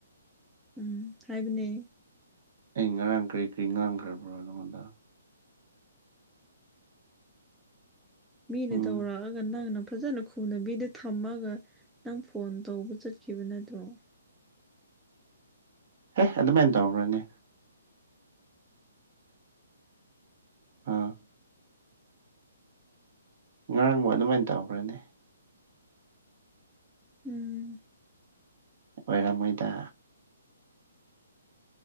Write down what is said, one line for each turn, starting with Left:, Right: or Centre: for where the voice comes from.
Centre: ꯎꯝ ꯍꯥꯢꯕꯅꯦ
Right: ꯑꯩ ꯉꯔꯥꯡ ꯀ꯭ꯔꯤ ꯀ꯭ꯔꯤ ꯉꯥꯡꯈ꯭ꯔꯕ꯭ꯔꯣ ꯅꯪꯉꯣꯟꯗ
Centre: ꯃꯤꯅ
Right: ꯎꯝ
Centre: ꯇꯧꯔꯛꯑꯒ ꯅꯪꯅ ꯐꯖꯅ ꯈꯨ ꯅꯕꯤꯗ ꯊꯝꯃꯒ ꯅꯪ ꯐꯣꯟ ꯇꯧꯕ ꯆꯠꯈꯤꯕ ꯅꯠꯇ꯭ꯔꯣ
Right: ꯍꯦ ꯑꯗꯨꯃꯥꯢꯅ ꯇꯧꯕ꯭ꯔꯅꯦ ꯑꯥ ꯉꯔꯥꯡꯕꯨ ꯑꯗꯨꯃꯥꯢꯅ ꯇꯧꯕ꯭ꯔꯅꯦ
Centre: ꯎꯝ
Right: ꯑꯣꯢꯔꯝ ꯃꯣꯢꯗ